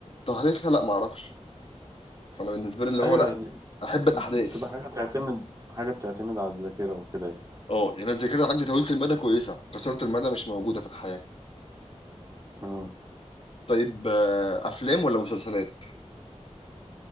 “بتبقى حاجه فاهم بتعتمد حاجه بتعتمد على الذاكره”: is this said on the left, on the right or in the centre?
Right